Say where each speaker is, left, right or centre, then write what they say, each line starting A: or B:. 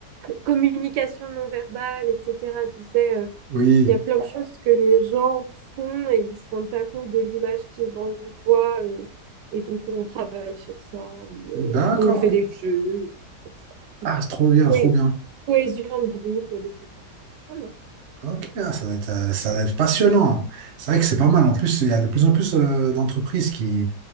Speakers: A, on the right; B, on the right.
A: communications non verbales, etc. Tu sais, euh,
B: Oui.
A: Il y a plein de choses que les gens font et ils se rendent pas compte de l'image qu'ils renvoient. euh, et donc, on travaille sur ça, ou, euh,
B: D'accord.
A: ou on fait des jeux, ou des trucs comme ça.
B: Ah, c'est trop bien,
A: Oui,
B: trop bien.
A: cohésion de groupe, euh, des trucs comme ça. Voilà.
B: Ok, ah, ça va être, euh, ça va être passionnant. C'est vrai que c'est pas mal. En plus, il y a de plus en plus euh, d'entreprises qui...